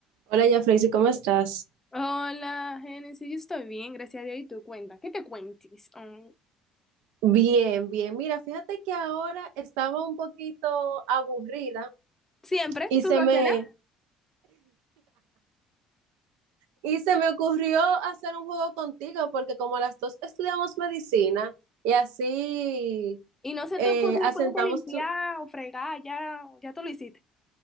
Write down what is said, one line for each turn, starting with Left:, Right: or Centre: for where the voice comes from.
Right: Hola, ya Freysi, ¿cómo estás?
Left: Hola, Génesis, yo estoy bien, gracias a Dios. ¿Y tú cuenta? ¿Qué te cuentes? Mm,
Right: Bien, bien. Mira, fíjate que ahora estaba un poquito aburrida
Left: siempre,
Right: y
Left: tú
Right: se
Left: no
Right: me,
Left: haces nada.
Right: y se me ocurrió hacer un juego contigo porque como las dos estudiamos medicina y así
Left: ¿Y no se
Right: eh,
Left: te ocurrió
Right: asentamos...
Left: ponerte a limpiar
Right: tu-
Left: o fregar? Ya, ya tú lo hiciste.